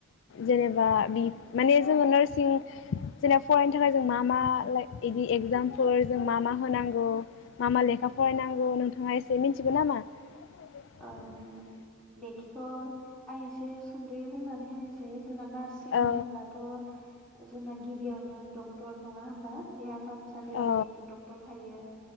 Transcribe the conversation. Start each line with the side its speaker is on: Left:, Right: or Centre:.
Left: जेनेबा बि माने जोङो नार्सिं जेनेबा फरायनो थाखाय जों मा मा लाइ बिदि एगजामफोर जों मा मा होनांगौ मा मा लेखा फरायनांगौ नोंथाङा एसे मिथिगौ नामा? <inaudible>
Centre: ओं बिदिथ आं एसे सुंदयै बुंनानै होनोसै जोंना नार्सिं
Left: औ
Centre: होनोब्लाथ जोंना गिबियावनो डक्टर नङ नङा होमबा देहा फाहामसालियाव
Left: औ
Centre: जिहेथु डक्टर थायो